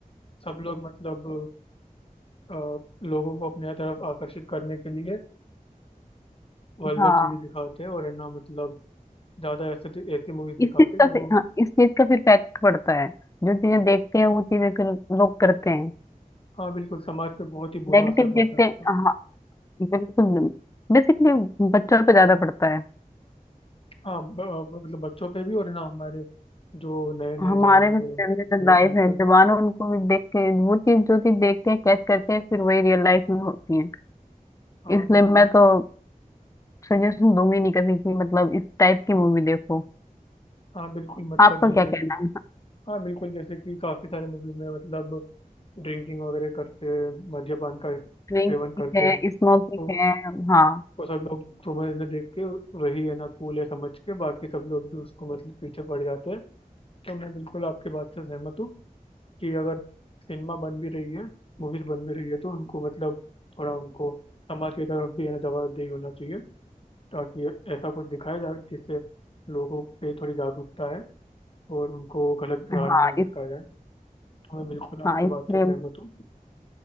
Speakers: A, on the left (about 40°); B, on the left (about 20°).
A: सब लोग मतलब अ, लोगों को अपने तरफ आकर्षित करने के लिए वल्गर
B: हाँ
A: चीजें दिखाते हैं और है ना मतलब ज्यादा ऐसे ऐसी मूवीज दिखाते
B: इस चीज
A: हैं
B: का
A: जो
B: फिर- हाँ इस चीज का फिर फैक्ट पड़ता है जो चीजें देखते हैं वो चीजें फिर लोग करते हैं
A: हाँ बिल्कुल समाज पे बहुत ही बुरा
B: नेगेटिव
A: असर पड़ता
B: देखते
A: है उसका
B: हैं हाँ बिल्कुल बेसिकली बच्चों पे ज्यादा पड़ता है
A: हाँ ब, ब- मतलब बच्चों पे भी और है ना हमारे जो नए नए
B: हमारे
A: जवान
B: भी
A: लोग
B: जनरेशन
A: हैं उसमें
B: लाइफ
A: उन
B: है
A: पे भी
B: जवान है, उनको भी देख के वो चीज जो चीज देखते हैं कैच करते हैं फिर वही रियल लाइफ में होती है
A: हाँ
B: इसलिए
A: बिल्कुल
B: मैं तो सजेशन दूंगी नहीं कभी कि मतलब इस टाइप की मूवी देखो
A: हाँ बिल्कुल मतलब
B: आपका
A: जैसे
B: क्या
A: कि
B: कहना है
A: हाँ बिल्कुल जैसे कि काफी सारे मूवी में मतलब ड्रिंकिंग वगैरह करते हैं मद्यपान का सेवन
B: ड्रिंक भी
A: करते
B: है
A: हैं
B: स्मोकिंग
A: तो
B: है हाँ
A: वो सब लोग तुम्हें ना देख के वही है ना कूल है समझ के बाकी सब लोग भी उसको मतलब पीछे पड़ जाते हैं तो मैं बिल्कुल आपके बात से सहमत हूँ कि अगर सिनेमा बन भी रही है मूवीज बन भी रही है तो उनको मतलब थोड़ा उनको समाज की तरफ भी है ना जवाबदेही होना चाहिए ताकि ऐसा कुछ दिखाया जाए जिससे लोगों पे थोड़ी जागरूकता है और उनको गलत राह
B: हाँ
A: में ना भटकाया
B: इस
A: जाए तो मैं बिल्कुल आपके
B: हाँ
A: बात
B: इसलिए
A: से सहमत हूँ